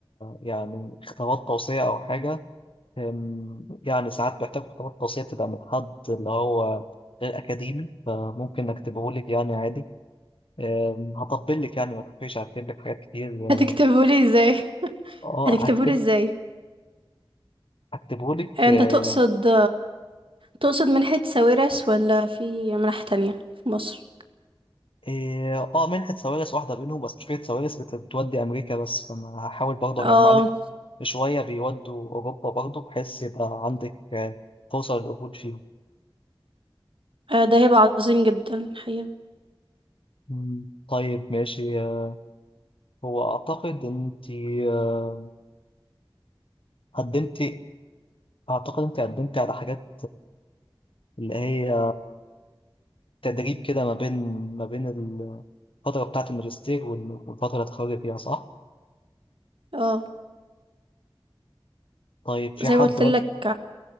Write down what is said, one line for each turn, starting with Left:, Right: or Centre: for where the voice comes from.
Left: يعني خطابات توصية أو حاجة أم، يعني ساعات بحتاج خطابات توصية تبقى من حد اللي هو غير أكاديمي فممكن أكتبهولك يعني عادي آم، هطبل لك يعني ما تخافيش هكتب لك حاجات كتير
Right: هتكتبهولي
Left: اه
Right: ازاي
Left: آه،
Right: هتكتبهولي
Left: هكتب
Right: ازاي
Left: هكتبه لك
Right: انت
Left: اه
Right: تقصد تقصد منحة ساويرس ولا في منح تانية في مصر
Left: آه، آه، منحة سوارس واحدة بينهم بس مشكلة سوارس بت- بتودي أمريكا بس فأنا هحاول برضه
Right: اه
Left: أجمع لك شوية بيودوا أوروبا برضه بحيث يبقى عندك آه، فرصة للقبول فيهم
Right: آه، ده هيبقى عظيم جدا الحقيقة
Left: مم، طيب ماشي آه، هو أعتقد أنت آه، قدمتي أعتقد أنت قدمتي على حاجات اللي هي تدريب كده ما بين ما بين الفترة بتاعة الماجستير وال- والفترة اللي هتخرجي فيها صح؟
Right: اه
Left: طيب في
Right: زي
Left: حد
Right: ما قلت
Left: رد
Right: لك